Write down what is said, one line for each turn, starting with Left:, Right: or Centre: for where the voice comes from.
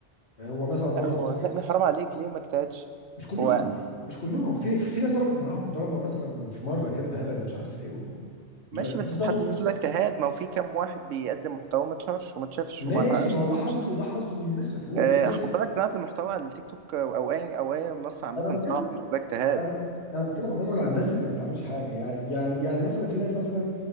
Left: هو مثلا ضربت
Right: لا هو
Left: معاه فل-
Right: لا من حرام عليك ليه ما اجتهدش
Left: مش كلهم
Right: هو
Left: مش كلهم في في ناس ضربت معاهم ضربة مثلا في مرة كده بهبل مش عارف ايه و...
Right: ماشي
Left: ده- ضربت
Right: بس في حد ذاته
Left: معاهم.
Right: ده اجتهاد ما هو في كام واحد بيقدم محتوى ما اتشهرش وما
Left: <laughs>
Right: اتشافش
Left: ماشي
Right: وما حققش
Left: ما هو ده
Right: فلوس
Left: حظه ده حظه ان الناس شافوه
Right: اه
Left: في ناس
Right: خد بالك صناعه المحتوى على التيك توك او اي او اي منصه عامه
Left: انا بتكلم
Right: صعبه ما هو ده اجتهاد
Left: انا بك... انا بتكلم عموما عن الناس اللي ما بتعملش حاجه يع- يعني يعني مثلا في ناس مثلا